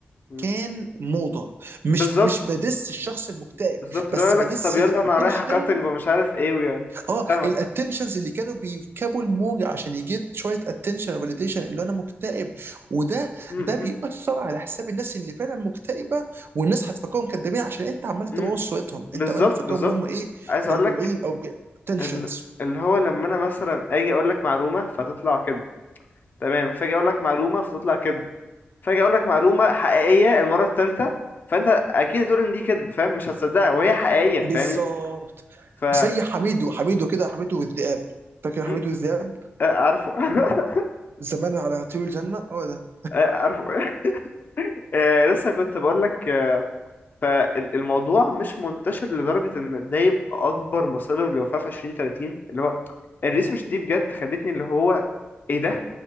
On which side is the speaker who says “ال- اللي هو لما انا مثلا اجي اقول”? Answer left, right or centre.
Left